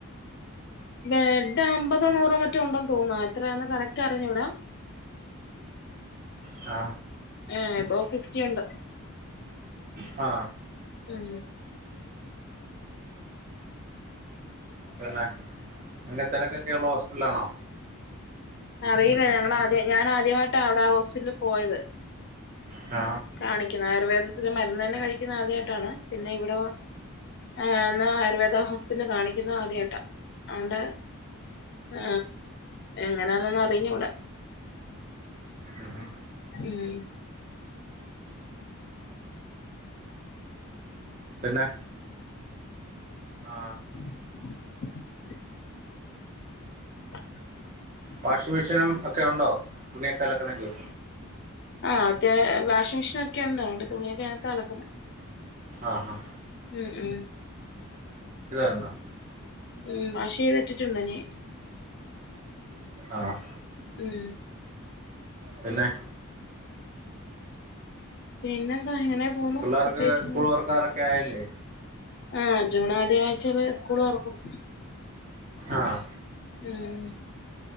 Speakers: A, on the left; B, on the right.
A: ബെഡ് അമ്പതോ നൂറോ മറ്റോ ഉണ്ടെന്ന് തോന്നുന്നു എത്രയാന്ന് കറക്റ്റ് അറിഞ്ഞൂടാ
B: ആ
A: ഏ എബോ ഫിഫ്റ്റി ഉണ്ട്
B: ആ
A: ഉം
B: പിന്നെ ങ്ങൻത്തേനൊക്കെക്കൊള്ള ഹോസ്പിറ്റലാണോ
A: അറിയില്ല ഞങ്ങളാദ്യ ഞാൻ ആദ്യമായിട്ടാ അവടാ ഹോസ്പിറ്റലിൽ പോയത്
B: ആ
A: കാണിക്കുന്നെ ആയുർവേദത്തില് മരുന്നെന്നെ കഴിക്കുന്നത് ആദ്യായിട്ടാണ് പിന്നെ ഇവിടെവന്ന് ആ ന്നാ ആയുർവേദ ഹോസ്പിറ്റലിൽ കാണിക്കുന്നതും ആദ്യായിട്ട അതോണ്ട് ഏ ങ്ങനാന്നൊന്നും അറിഞ്ഞൂട
B: അതെ
A: ഉം
B: പിന്നെ ആ
A: <inaudible> <inaudible>
B: വാഷിംഗ് മെഷീനും ഒക്കെ ഉണ്ടോ തുണിയെക്കെ അലക്കണമെങ്കി
A: ആഹ് അത്യാ വാഷിമെഷീനോക്കെ ഒണ്ട് അത് കൊണ്ട് തുണിയൊക്കെഅതിനകത്താഅലക്കുന്നെ
B: ആഹ് ആഹ്
A: ഉം ഉം
B: ഇന്ന്
A: ഉം വാഷ്ചെയ്തട്ടിട്ടുണ്ടന്
B: ആഹ്
A: ഉം
B: പിന്നെ
A: പിന്നെന്താ ഇങ്ങനെ പോന്നു
B: പുള്ളാർക്ക്
A: പ്രത്യേകിച്ചൊന്നും
B: സ്കൂള് തോറക്കാറോക്കെ ആയില്ലേ
A: ആഹ് ജൂൺആദ്യആഴ്ചെയില് സ്കൂള് തൊറക്കും.
B: ആഹ്
A: ഉം